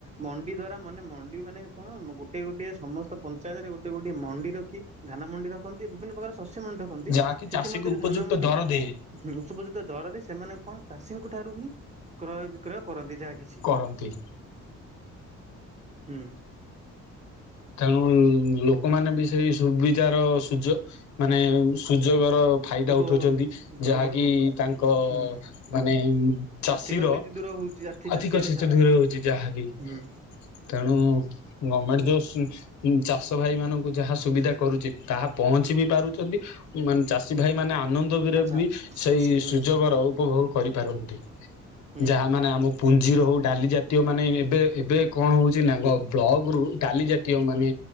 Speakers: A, on the right; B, on the left.
A: ମଣ୍ଡି ଦ୍ଵାରା ମାନେ ମଣ୍ଡି ମାନେ କଣ ମ ଗୋଟିଏ ଗୋଟିଏ ସମସ୍ତ ପଞ୍ଚାୟତରେ ଗୋଟିଏ ଗୋଟିଏ ମଣ୍ଡିର। ଖି ଧାନ ମଣ୍ଡି ରଖନ୍ତି ବିଭିନ୍ନ ପ୍ରକାର ଶସ୍ୟ ମଣ୍ଡି ରଖନ୍ତି
B: ଯାହାକି
A: ସେଥି
B: ଚାଷୀକୁ
A: ମଧ୍ୟ ରେ
B: ଉପଯୁକ୍ତ
A: ଧାନ ମଣ୍ଡି।
B: ଦର ଦେଇ
A: ହୁଁ ଉଷୁପିଜିତ ଦରରେ ସେମାନେ କଣ ଚାଷୀଙ୍କ ଠାରୁ ହିଁ କ୍ରୟ ବିକ୍ରୟ କରନ୍ତି ଯା କିଛି
B: କରନ୍ତି
A: ହୁଁ।
B: ତେଣୁ ଲୋକମାନେ ବି ସେଇ ସୁବିଧାର ସୁଯୋ ମାନେ
A: ଆଚ୍ଛା
B: ସୁଯୋଗର ଫାଇଦା
A: ଉପଭୋଗ
B: ଉଠଉଛନ୍ତି
A: ଉପଭୋଗ
B: ଯାହାକି
A: କରୁଛନ୍ତି
B: ତାଙ୍କ
A: ହୁଁ।
B: ମାନେ ଉଁ। ଚାଷୀର
A: ଆର୍ଥିକ ସ୍ଥିତି ଦୂର ହଉଛି ଆର୍ଥି
B: ଆର୍ଥିକ
A: ଚାଷୀର
B: ସ୍ଥିତି
A: ଯାହା
B: ଦୂରଉଛି ଯାହାକି।
A: ହୁଁ
B: ତେଣୁ ଗମେଣ୍ଟ ଜୋସ୍ ଇଁ ଇଁ ଚାଷ ଭାଇ ମାନଙ୍କୁ ଯାହା ସୁବିଧା କରୁଛି ତାହା ପହଞ୍ଚି ବି ପାରୁଛନ୍ତି। ମାନ୍ ଚାଷୀ ଭାଇ ମାନେ ଆନ <unintelligible> ରେ
A: ଆଚ୍ଛା
B: ବି ସେଇ
A: ହୁଁ
B: ସୁଯୋଗ ର ଉପଭୋଗ କରିପାରନ୍ତି।
A: ହୁଁ।
B: ଯାହା ମାନେ ଆମ। ପୁଞ୍ଜିର ହଉ ଡାଲି ଜାତୀୟ ମାନେ ଏବେ ଏବେ କଣ ହଉଛି ନା ଗ ବ୍ଲକରୁୁ ଡାଲି ଜା ତୀୟ ମାନେ